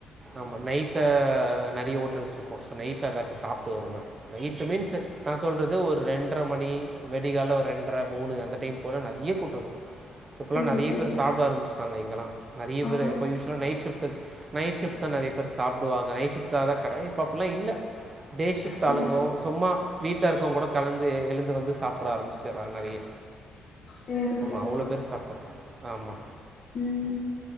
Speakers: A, on the right (about 35°); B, on the left (about 55°).
A: ஆமா நைட்ல நெறய ஓட்டல்ஸ் இருக்கும் நைட்ல ஏதாச்சும் சாப்பிட்டு வருவேன் நைட் மீன்ஸ் நான் சொல்றது ஒரு ரெண்டர மணி விடிகால ஒரு ரெண்டர மூணு அந்த டைம் போல நெறய கூட்டம் இருக்கும் இப்பெலாம்
B: சேரி
A: நெறய
B: சேரி
A: பேரு சாப்பிட ஆரம்சிட் இங்கெலாம் நெறய
B: ஆ
A: நைட் ஷிப்ட் நெறய சாப்படுாங்க நைட் ஷிப்டுதான் கட இப்ப அப்டியல்லாம் இல்ல டே ஷிப்ட்
B: சேரி
A: ஆளுங்குகோ சும்மா வீட்டில் இருக்கவங்க கூட கலந்து எழுந்து வந்து சாப்பிட ஆரம்பச்சுடுறாங்க நிறைய
B: சேரி
A: ஆமா அவ்வளோ பேரு சாப்படனு ஆமா
B: உம்